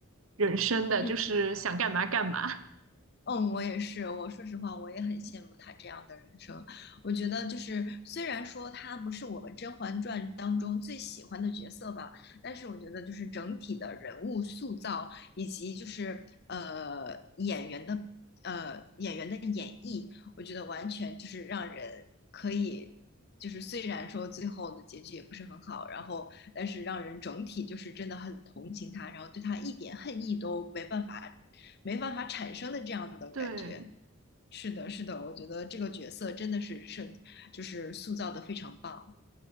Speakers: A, on the right (about 75°); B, on the left (about 50°).
A: 人生的，
B: 嗯
A: 就是想干嘛干嘛。
B: 嗯，我也是。我说实话，我也很羡慕他这样的人生。我觉得，就是虽然说他不是我《们《甄嬛传》当中最喜欢的角色吧，但是我觉得，就是整体的人物塑造以及就是呃演员的呃演员的演绎，我觉得完全就是让人可以，就是虽然说最后的结局也不是很好，然后但是让人整体就是真的很同情他，然后对他一点恨意都没办法没办法产生的这样的感觉。
A: <laughs> 对，
B: 是的，是的，我觉得这个角色真的是设，就是塑造的非常棒。